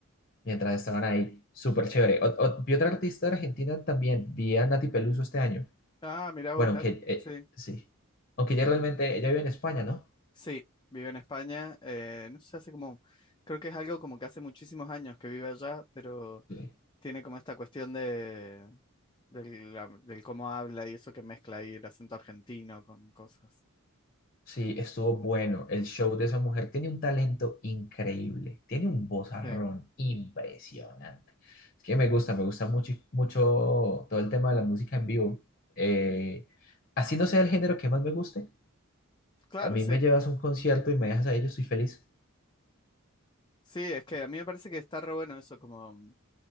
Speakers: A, on the left; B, on the left.
A: mientras estaban ahí. Súper chévere. Ot- ot- vi otra artista de argentina también. Vi a Nati Peluso este año.
B: Ah, mira
A: Bueno,
B: vos, Nat.
A: aunque eh,
B: Sí.
A: sí. Aunque ya realmente ella vive en España, ¿no?
B: Sí, vive en España. eh, no sé, hace como. Creo que es algo como que hace muchísimos años que vive allá, pero
A: Sí.
B: tiene como esta cuestión de. Del, la- del cómo habla y eso que mezcla ahí el acento argentino con cosas.
A: Sí, estuvo bueno. El show de esa mujer tiene un talento increíble. Tiene un vozarrón
B: Sí.
A: impresionante. Es que me gusta, me gusta mucho, mucho todo el tema de la música en vivo. Eh, así no sea el género que más me guste.
B: Claro,
A: A mí
B: sí.
A: me llevas a un concierto y me dejas ahí, yo estoy feliz.
B: Sí, es que a mí me parece que está re bueno eso, como.